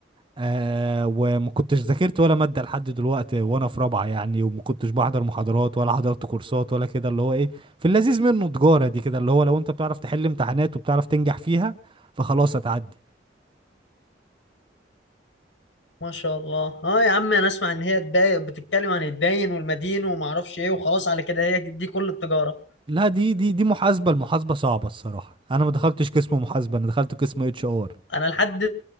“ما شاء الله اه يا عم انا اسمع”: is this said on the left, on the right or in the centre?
Left